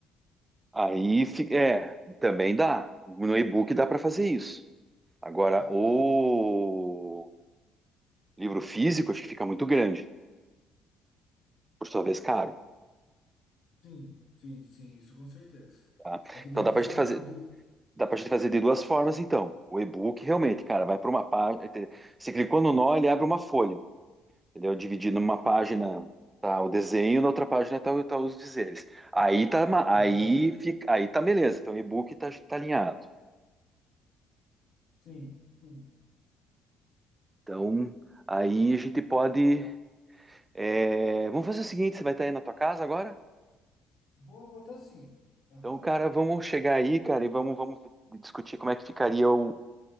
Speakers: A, on the right; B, on the left.
A: Aí, fi- é, também dá. No e-book dá para fazer isso. Agora,
B: Aham.
A: o livro físico, acho que fica muito grande, por sua vez, caro.
B: Sim, sim, sim, isso com certeza.
A: Tá?
B: É que daí
A: Então
B: a
A: dá
B: questão
A: pra gente fazer,
B: do, do...
A: dá pra gente fazer de duas formas, então. O e-book realmente, cara, vai para uma página. Você clicou no nó, ele abre uma folha, entendeu? Dividindo numa página tá o desenho, na outra página tá, o- tá os dizeres. Aí tá, ma- aí
B: Aham.
A: fica, aí tá beleza. Então o e-book tá, tá alinhado.
B: Sim, sim.
A: Então aí a gente pode. é, Vamos fazer o seguinte, você vai estar aí na tua casa agora?
B: Vou botar sim. Aham.
A: Então, cara, vamos chegar aí, cara, e vamos, vamos discutir como é que ficaria o,